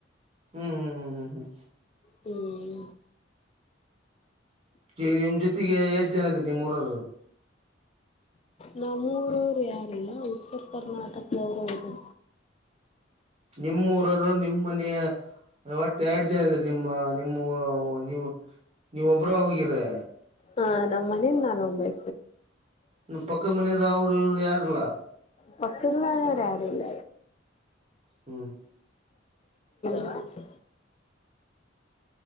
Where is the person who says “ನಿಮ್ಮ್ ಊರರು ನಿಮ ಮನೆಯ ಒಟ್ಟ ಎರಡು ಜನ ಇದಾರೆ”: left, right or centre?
Right